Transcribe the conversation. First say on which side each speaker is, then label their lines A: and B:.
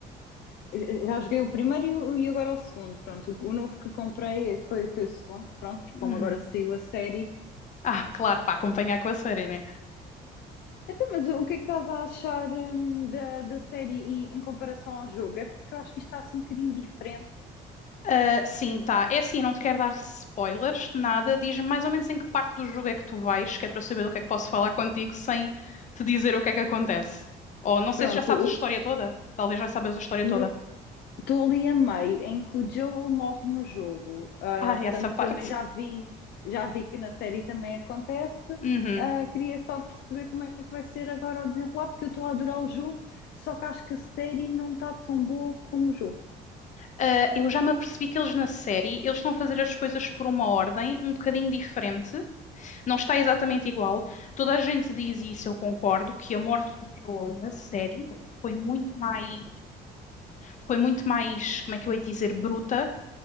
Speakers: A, on the left; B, on the left.
A: Eh, Já joguei o primeiro e o- e agora o segundo, pronto. O, o novo que comprei foi, foi o segundo, pronto, porque
B: Uhum.
A: como agora saiu a série.
B: Ah, claro, para acompanhar com a série, né?
A: Então, mas o que é que estás a achar, hum, da, da série e em comparação ao jogo? É porque eu acho que isto está assim um bocadinho diferente.
B: Ah, sim, tá. É assim, não te quero dar spoilers, de nada. Diz-me mais ou menos em que parte do jogo é que tu vais, que é para eu saber do que é que posso falar contigo sem te dizer o que é que acontece. Ou não sei
A: Pronto,
B: se já sabes
A: o,
B: a história toda. Talvez já sabes a história
A: no-
B: toda.
A: Estou ali a meio em que o Joel morre no jogo, Ah,
B: Ah,
A: portanto
B: essa parte.
A: também já vi, já vi que na série também acontece.
B: Uhum.
A: Ah, queria só perceber como é que vai ser agora o desenrolar, porque eu estou a adorar o jogo, só que acho que a série não está tão boa como o jogo.
B: Ah, eu já me apercebi que eles na série, eles estão a fazer as coisas por uma ordem um bocadinho diferente. Não está exatamente igual. Toda a gente diz isso, eu concordo, que a morte do Joel na série foi muito mais, foi muito mais, como é que eu ia dizer, bruta